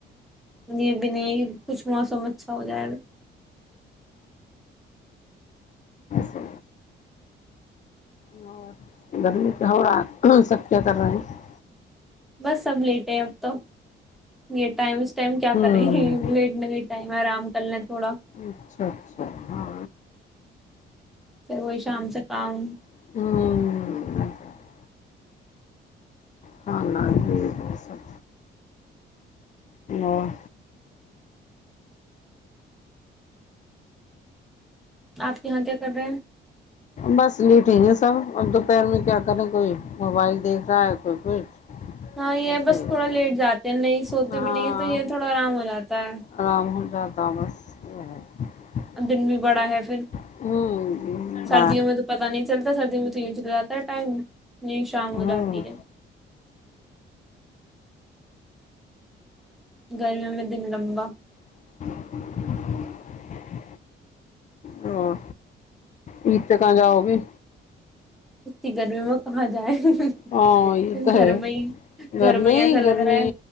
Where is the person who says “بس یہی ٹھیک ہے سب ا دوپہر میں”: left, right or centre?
Left